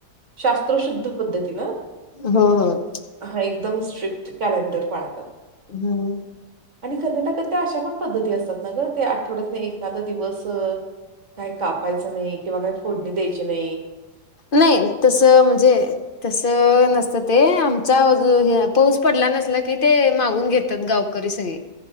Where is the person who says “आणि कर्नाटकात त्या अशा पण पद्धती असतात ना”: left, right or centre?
Right